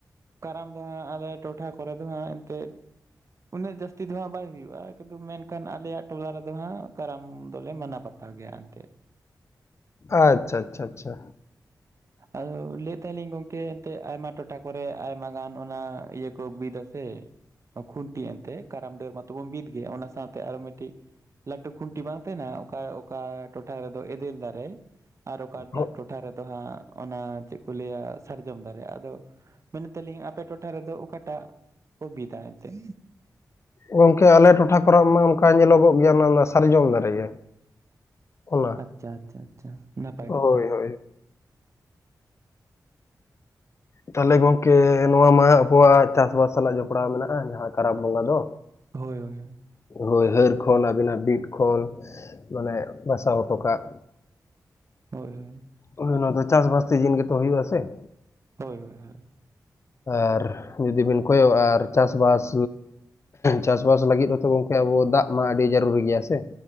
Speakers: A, on the right; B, on the left.
A: ᱠᱟᱨᱟᱢ ᱫᱚ ᱦᱟᱸᱜ ᱟᱞᱮ ᱴᱚᱴᱷᱟ ᱠᱚᱨᱮ ᱫᱚ ᱦᱟᱸᱜ ᱮᱱᱛᱜ ᱩᱱᱟᱹᱜ ᱡᱟᱹᱥᱛᱤ ᱫᱚ ᱦᱟᱸᱜ ᱵᱟᱭ ᱦᱩᱭᱩᱜᱼᱟ ᱠᱩᱫᱩ ᱢᱮᱱᱠᱷᱟᱱ ᱟᱞᱮᱭᱟᱜ ᱴᱚᱞᱟ ᱨᱮᱫᱚ ᱦᱟᱸᱜ ᱠᱟᱨᱟᱢ ᱫᱚᱞᱮ ᱢᱟᱱᱟᱣ ᱵᱟᱛᱟᱣ ᱜᱮᱭᱟ ᱮᱱᱛᱮᱫ
B: ᱟᱪᱪᱷᱟ ᱟᱪᱪᱷᱟ ᱟᱪᱪᱷᱟ
A: ᱟᱫᱚ ᱞᱟᱹᱭ ᱛᱟᱦᱮᱜᱞᱤᱧ ᱜᱚᱝᱠᱮ ᱮᱱᱛᱮᱫ ᱟᱭᱢᱟ ᱴᱚᱴᱷᱟ ᱠᱚᱨᱮ ᱟᱭᱢᱟ ᱜᱟᱱ ᱚᱱᱟ ᱤᱭᱟᱹ ᱠᱚ ᱵᱤᱫᱟᱹ ᱥᱮ ᱠᱷᱩᱱᱴᱤ ᱮᱱᱛᱮ ᱠᱟᱨᱟᱢ ᱰᱟᱹᱨ ᱢᱟᱛᱚᱵᱚᱱ ᱵᱤᱫ ᱜᱮᱭᱟ ᱚᱱᱟ ᱥᱟᱶᱛᱮ ᱟᱨᱚ ᱢᱤᱫᱴᱤᱡ ᱞᱟᱹᱴᱩ ᱠᱷᱩᱱᱴᱤ ᱵᱟᱝ ᱛᱟᱦᱮᱱᱟ ᱚᱠᱟ ᱚᱠᱟ ᱴᱚᱴᱷᱟ ᱨᱮᱫᱚ ᱮᱫᱮᱞ ᱫᱟᱨᱮ ᱟᱨ ᱚᱠᱟ
B: ᱦᱳ-
A: ᱴᱚᱴᱷᱟ ᱨᱮᱫᱚ ᱦᱟᱸᱜ ᱚᱱᱟ ᱪᱮᱫ ᱠᱚ ᱞᱟᱹᱭᱟ ᱥᱟᱨᱡᱚᱢ ᱫᱟᱨᱮ ᱟᱫᱚ ᱢᱮᱱᱮᱫᱟᱞᱤᱧ ᱟᱯᱮ ᱴᱚᱴᱷᱟ ᱨᱮᱫᱚ ᱚᱠᱟᱴᱟᱜ ᱠᱚ ᱵᱤᱫᱟ ᱮᱱᱛᱮᱫ
B: ᱜᱚᱝᱠᱮ ᱟᱞᱮ ᱴᱚᱴᱷᱟ ᱠᱚᱨᱮ ᱢᱟ ᱚᱱᱠᱟ ᱧᱮᱞᱚᱜᱚᱜ ᱜᱮᱭᱟ ᱚᱱᱟ ᱥᱟᱨᱡᱚᱢ ᱫᱟᱨᱮ ᱜᱮ ᱚᱱᱟ
A: ᱟᱪᱪᱷᱟ ᱟᱪᱪᱷᱟ ᱟᱪᱪᱷᱟ ᱱᱟᱯᱟᱭ
B: ᱦᱳᱭ
A: ᱠᱟᱛᱷᱟ
B: ᱦᱳᱭ ᱛᱟᱦᱚᱞᱮ ᱜᱚᱝᱠᱮ ᱱᱚᱣᱟ ᱢᱟ ᱟᱵᱚᱣᱟᱜ ᱪᱟᱥᱵᱟᱥ ᱥᱟᱞᱟᱜ ᱡᱚᱯᱲᱟᱣ ᱢᱮᱱᱟᱜᱼᱟ ᱡᱟᱦᱟᱸ ᱠᱟᱨᱟᱢ ᱵᱚᱸᱜᱟ ᱫᱚ
A: ᱦᱳᱭ ᱦᱳᱭ
B: ᱦᱳᱭ ᱦᱟᱹᱨ ᱠᱷᱚᱱ ᱟᱹᱵᱤᱱᱟᱜ ᱵᱤᱫ ᱠᱷᱚᱱ ᱢᱟᱱᱮ ᱵᱟᱥᱟᱣ ᱦᱚᱴᱚ ᱠᱟᱜ
A: ᱦᱳᱭ ᱦᱳᱭ
B: ᱦᱳᱭ ᱚᱱᱟ ᱫᱚ ᱪᱟᱥᱵᱟᱥ ᱛᱮ ᱥᱤᱡᱤᱱ ᱜᱮᱛᱚ ᱦᱩᱭᱩᱜᱼᱟ ᱥᱮ ᱾
A: ᱦᱳᱭ ᱦᱳᱭ ᱦᱳᱭ
B: ᱟᱨ ᱡᱩᱫᱤ ᱵᱤᱱ ᱠᱚᱭᱚᱜᱼᱟ ᱟᱨ ᱪᱟᱥᱵᱟᱥ ᱪᱟᱥᱵᱟᱥ ᱞᱟᱹᱜᱤᱫ ᱦᱚᱸᱛᱚ ᱜᱚᱝᱠᱮ ᱟᱵᱚ ᱫᱟᱜᱽ ᱢᱟ ᱟᱹᱰᱤ ᱡᱟᱹᱨᱩᱲᱤ ᱜᱮᱭᱟ ᱥᱮ᱾